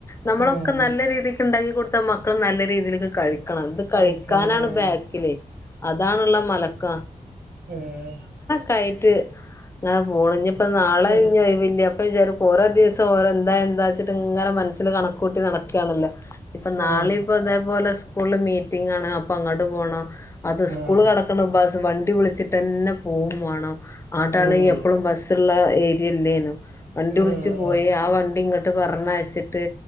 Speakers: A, on the left; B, on the right.
A: നമ്മളൊക്കെ
B: ആഹ്
A: നല്ല രീതിക്ക് ഇണ്ടാക്കി കൊടുത്താ മക്കള് നല്ല രീതിൽക്ക് കഴി ക്കണം ഇത് കഴിക്കാനാണ്
B: കഴിക്കണം ആഹ്
A: ബാക്കില് അതാണിള്ള മലക്ക.
B: ഏഹ്
A: കയ്ട്ട് ഇങ്ങനെ പോണ്. ഇഞ്ഞിപ്പൊ നാളെ
B: ന്നട്ട്
A: ഇഞ്ഞി വില്യാ അപ്പ വിചാരം ഓരോ ദിവസം ഓരോ എന്താ എന്താച്ചിട്ട് ഇങ്ങനെ മനസ്സില് കണകൂട്ടി നടക്ക്യാണല്ലോ. ഇപ്പം നാളിപ്പൊ
B: ആഹ്
A: ഇതേപോലെ സ്കൂൾല് മീറ്റിംങ്ങാണ് അപ്പൊ അങ്ങോട്ട് പോണം അത് സ്കൂള്
B: ആഹ്
A: കട ക്കണ് ബസ് വണ്ടി വിളിച്ചിട്ടന്നെ പോവും വേണം ആട്ടാണെങ്കി
B: ഓഹ്
A: എപ്പളും ബസ് സിള്ള ഏരിയല്ലേനും വണ്ടി
B: ആഹ്
A: വിളിച്ച് പോയി
B: ആഹ്
A: ആ വണ്ടി ഇങ്ങട്ട് പറഞ്ഞയച്ചിട്ട്